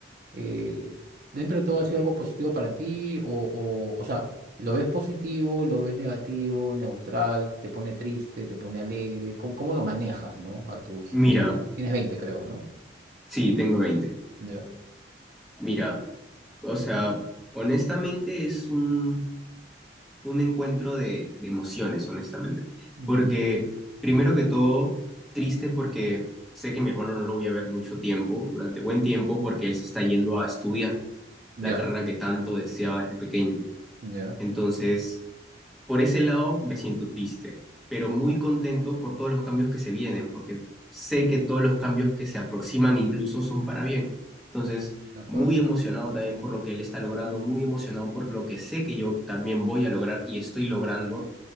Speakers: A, on the right; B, in the centre.
A: eh, dentro de todo ha sido algo positivo para ti o, o, o sea, ¿lo ves positivo, lo ves negativo, neutral, te pone triste, te pone alegre? ¿Cómo, cómo lo manejas, no? A tus...
B: mira,
A: tú te- Tienes 20 creo, ¿no?
B: sí, tengo 20.
A: Ya.
B: Mira, o sea, honestamente es un, un encuentro de, de emociones, honestamente.
A: Ujú.
B: Porque, primero que todo, triste porque sé que mi hermano no lo voy a ver mucho tiempo, durante buen tiempo, porque él se está yendo a estudiar.
A: Ya,
B: la carrera que tanto deseaba desde pequeño.
A: ya,
B: Entonces, por ese lado me siento triste, pero muy contento por todos los cambios que se vienen, porque sé que todos los cambios que se aproximan incluso son para bien. Entonces,
A: de acuerdo.
B: muy emocionado también por lo que él está logrando, muy emocionado por lo que sé que yo también voy a lograr y estoy logrando